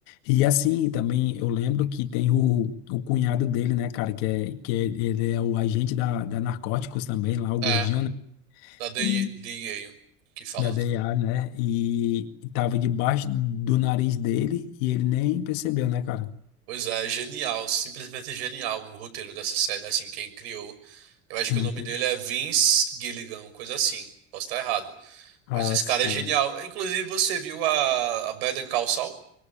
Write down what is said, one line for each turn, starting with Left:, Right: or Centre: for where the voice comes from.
Left: E assim, também eu lembro que tem o, o cunhado dele, né, cara, que é, que é, ele é o agente da, da Narcóticos também, lá, o
Right: é,
Left: gordinho, né,
Right: da DEA,
Left: E-
Right: que fala.
Left: da DEA, né, e, e tava debaixo do nariz dele e ele nem percebeu, né, cara?
Right: Pois é, genial, simplesmente genial o roteiro dessa série. Assim, quem criou, eu acho
Left: Muito.
Right: que o nome dele é Vince Gilligan, coisa assim. Posso estar errado,
Left: Ah,
Right: mas esse
Left: sim.
Right: cara é genial. Inclusive, você viu a, a Better Call Saul?